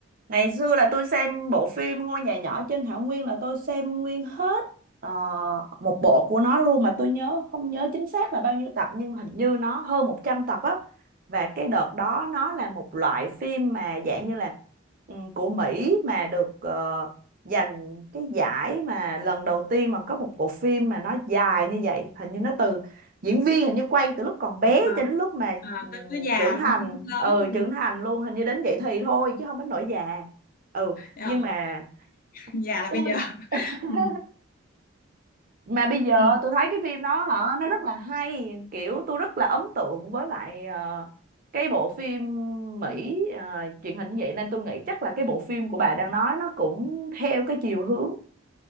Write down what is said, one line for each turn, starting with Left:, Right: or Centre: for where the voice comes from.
Right: ngày xưa là tôi xem bộ phim Ngôi nhà nhỏ trên thảo nguyên là tôi xem nguyên hết ờ, một bộ của nó luôn mà tôi nhớ không nhớ chính xác là bao nhiêu tập nhưng hình như nó hơn 100 tập á và cái đợt đó nó là một loại phim mà dạng như là ừ, của Mỹ mà được ờ, giành cái giải mà lần đầu tiên mà có một bộ phim mà nó dài như vậy hình như nó từ diễn viên hình như quay từ lúc còn bé
Left: à,
Right: cho đến lúc mà
Left: à,
Right: ừm,
Left: tới tới già
Right: trưởng thành
Left: luôn lớn
Right: ừ
Left: luôn
Right: trưởng thành luôn hình như đến vậy thì thôi chứ không đến nỗi già ừ
Left: Ờ,
Right: nhưng mà
Left: già là
Right: tôi
Left: bây giờ
Right: <laughs>
Left: ừ.
Right: mà bây giờ
Left: Ừ,
Right: tôi thấy cái phim đó hả nó rất là hay kiểu tôi rất là ấn tượng với lại ờ, cái bộ phim Mỹ ờ, truyền hình như vậy nên tôi nghĩ chắc là cái bộ phim của bà đang nói nó cũng theo cái chiều hướng